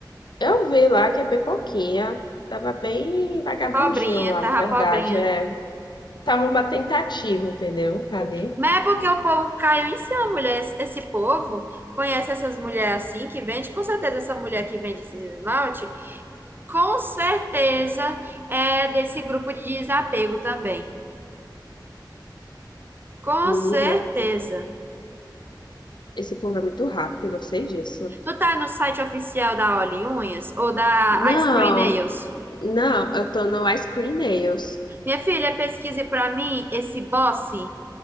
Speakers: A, on the left; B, on the right.
A: Eu vi lá que é bem pouquinha. Tava bem vagabundinho
B: Pobrinha,
A: lá,
B: tava
A: na verdade.
B: pobrinha.
A: É. Tava uma tentativa, entendeu? Ali.
B: Mas é porque o povo caiu em cima, mulher. Esse esse povo conhece essas mulheres assim que vende. Com certeza, essa mulher que vende esses esmalte, com certeza é desse grupo de desapego também. Com
A: Menina,
B: certeza.
A: esse povo é muito rápido, eu sei disso.
B: Tu tá no site oficial da Oli Unhas ou da
A: Não,
B: Ice Cream Nails?
A: não, eu tô no Ice Cream Nails.
B: Minha filha, pesquise pra mim esse Boss